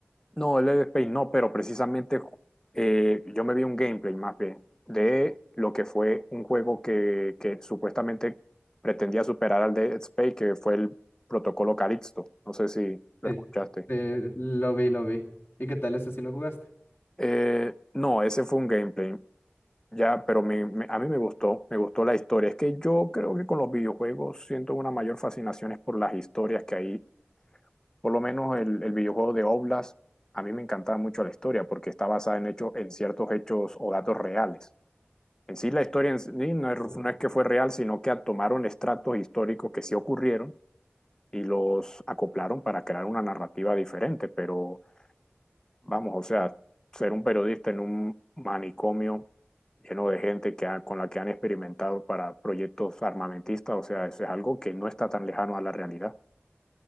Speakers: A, on the left; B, on the left.
A: No, el Dead Space no, pero precisamente eh, yo me vi un gameplay más bien de lo que fue un juego que, que supuestamente pretendía superar al Dead Space, que fue el Protocolo Calixto. No sé si lo
B: Sí,
A: escuchaste.
B: eh, lo vi, lo vi. ¿Y qué tal ese si lo jugaste?
A: Eh, no, ese fue un gameplay. Ya, pero me- me- a mí me gustó, me gustó la historia. Es que yo creo que con los videojuegos siento una mayor fascinación es por las historias que hay. Por lo menos el, el videojuego de Oblast, a mí me encantaba mucho la historia porque está basada en hechos, en ciertos hechos o datos reales. En sí, la historia en sí no es,
B: Oh.
A: no es que fue real, sino que tomaron estratos históricos que sí ocurrieron y los acoplaron para crear una narrativa diferente. Pero vamos, o sea, ser un periodista en un manicomio lleno de gente que ha- con la que han experimentado para proyectos armamentistas, o sea, eso es algo que no está tan lejano a la realidad.